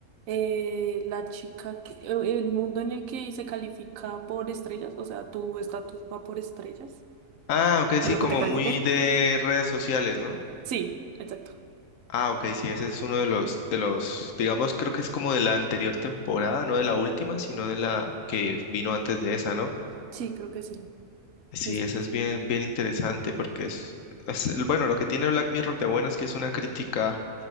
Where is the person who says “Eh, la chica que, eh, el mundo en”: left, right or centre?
Right